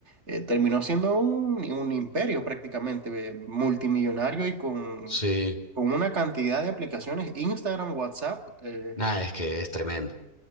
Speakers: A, on the right; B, on the left.
A: eh, terminó siendo un, un imperio prácticamente, eh, multimillonario y con,
B: sí.
A: con una cantidad de aplicaciones, Instagram, WhatsApp, eh,
B: Nada, es que es tremendo.